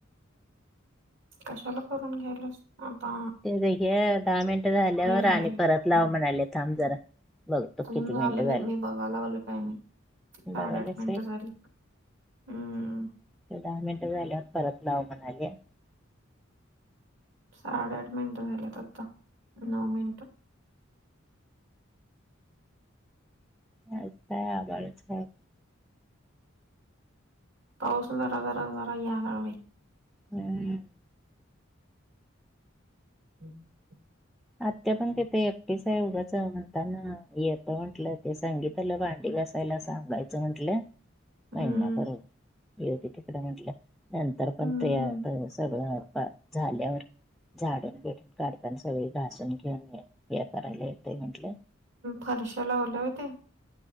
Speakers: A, on the right (about 65°); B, in the centre.
A: कशाला करून घ्यायलास. अता.
B: ते दहा मिनिटं झाल्यावर
A: राहील
B: आणि परत लाव म्हणाले थांब जरा बघतो
A: अजून
B: किती
A: झालं
B: मिनिटं झाले
A: नाही मी बघायला लागलो टायमिंग साडेआठ
B: बघायलाच
A: मिनिटं
B: आहे.
A: झाली. हम्म.
B: दहा मिनिटं झाल्यावर परत लाव म्हणाले.
A: साडेआठ मिनिटं झालेत आता नऊ मिनिटं
B: अस काय आभाळच हाय.
A: पाऊस जरा जरा जरा याला लागलाय.
B: हम्.
A: हं <inaudible>
B: आत्या पण तेिथे एकटीच आहे उगाच म्हणताना येत म्हंटलं ते सांगीत त्याला भांडी घासायला सांगायचं म्हंटलं. महिनाप
A: हम्म,
B: योती त कडे म्हटलं नंतर पण
A: हम्म,
B: ते सगळं. झाल्यावर झाडून तेन काढताना सगळे. राासून घेऊन हे करायला येत म्हंटलं
A: फारशा लावल्या होत्या.